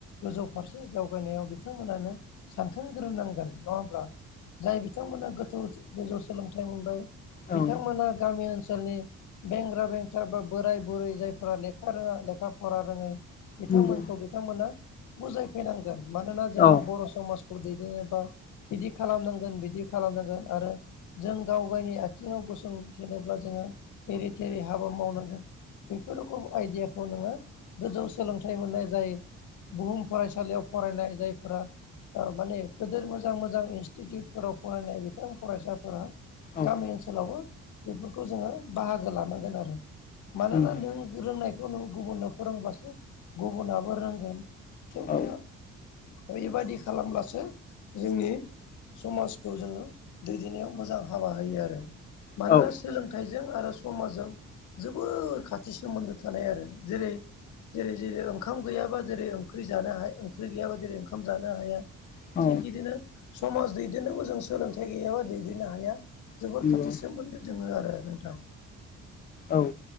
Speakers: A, on the left (about 75°); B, on the left (about 30°).
A: गोजौ फारसे जावगायनायाव बिथांमोनानो सानखांग्रोनांगोन नङा होमब्ला जाय बिथांमोना गोथौ गोजौ सोलोंथाइ मोनबाय बिथांमोना
B: औ
A: गामि ओनसोलनि बेंग्रा बेंथ्रा बा बोराय बुरै जायफोरा लेखा रोङा लेखा फरा रोङै बिथांमोन
B: नंगौ
A: बिथांमोना बुजायफैनांगोन मानोना जोङो
B: औ
A: बर' समाजखौ दैदेननोबा बिदि खालामनांगोन बिदि खालामनांगोन आरो जों गाव गावनि आथिङाव गसं थेनोब्ला जोङो एरै थेरै हाबा मावनांगोन। बेफोर रोखम आइदियाखौ नोङो गोजौ सोलोंथाइ मोननाय जाय बुहुम फरायसालियाव फरायनाय जायफोरा माने गदिर मोजां मोजां इनस्टिटिउटफोराव फरायनाय बिथां फरायसाफोरा
B: औ
A: गामि ओनसोलावबो बेफोरखौ जोङो बाहागो लानांगोन आरो। मानोना
B: नंगौ
A: नों रोंनायखौ नों गुबुननो फोरोंब्लासो गुबुुना रोंगोन थेवबोनो
B: औ
A: बेबादि खालामब्लासो जोंनि समाजखौ जोङो दैदेननायाव मोजां हाबा होयो आरो। मानोना
B: औ
A: सोलोंथाइजों आरो समाजजों जोबोोर खाथि सोमोन्दो थानाय आरो जेरै जेरै जेरै खाम गैयाबा जेरै ओंख्रि जानो हाय ओंख्रि गैयाबा जेरै ओंखाम जानो हाया
B: औ
A: थिग बिदिनो समाज दैदेननोबो जों सोलोंथाइ गैयाबा दैदेननो हाया जोबोर
B: नंगौ
A: खाथिसोम सोमोनदो जोङो आरो नोंथां।
B: औ।